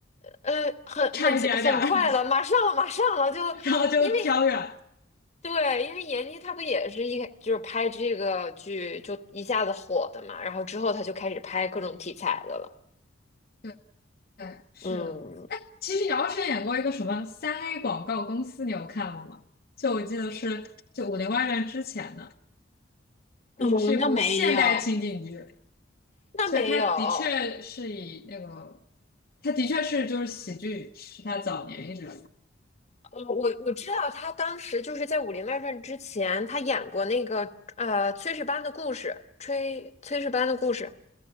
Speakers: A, on the left (about 35°); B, on the left (about 50°).
A: 呃，很很很快了，
B: 差一点点儿，
A: 马上了，马上了，就
B: 然后就飘远。
A: 因为对，因为闫妮她不也是一开就是拍这个剧就一下子火的嘛，然后之后她就开始拍各种题材的了。
B: 对，对，是的。
A: 嗯
B: 其实姚晨演过一个什么三 A 广告公司，你有看过吗？就我记得是就《武林外传》之前的，
A: 嗯，
B: 就是是一部现代情景剧，
A: 那没有，那没有，
B: 所以它的确是以那个，它的确是就是喜剧是他早年一直。
A: 呃，我我知道他当时就是在《武林外传》之前，他演过那个呃《炊事班的故事》，炊炊事班的故事。